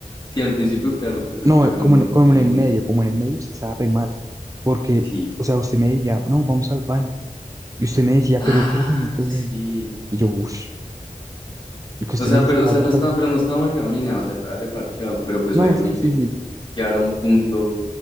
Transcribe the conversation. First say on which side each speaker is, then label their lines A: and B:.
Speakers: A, on the left (about 35°); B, on the right (about 25°).
A: Sí, al principio, claro, pues es
B: No,
A: que
B: eh,
A: eso
B: como
A: uno lo
B: en, como
A: pone
B: en
A: de
B: el
A: una.
B: medio, como en el medio usted estaba re mal. Porque,
A: Sí,
B: o
A: sí.
B: sea, usted me decía, no, vamos al baño. Y usted me decía,
A: Ah,
B: pero cógeme, cógeme.
A: sí.
B: Y yo, uff. Y que
A: O
B: usted
A: sea,
B: me decía,
A: pero, o sea,
B: agárrame.
A: no estaba, pero no estaba marcado ni nada, o sea, estaba reparchado, pero pues
B: No,
A: obviamente
B: sí, sí, sí.
A: ya era un punto